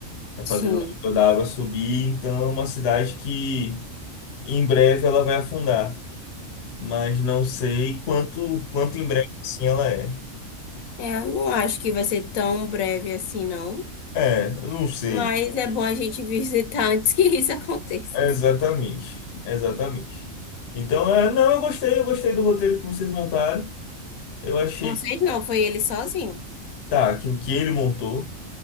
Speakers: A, on the left; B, on the left.
A: Tá fazendo
B: Sim.
A: o nível da água subir, então é uma cidade que em breve ela vai afundar, mas não sei quanto quanto em breve assim ela é.
B: É, eu não acho que vai ser tão breve assim, não.
A: É, eu não sei.
B: Mas é bom a gente <laughs> visitar antes que isso aconteça.
A: Exatamente, exatamente. Então, é, não, eu gostei, eu gostei do roteiro que vocês montaram. Eu achei
B: Vocês
A: que
B: não, foi ele sozinho.
A: tá, que o que ele montou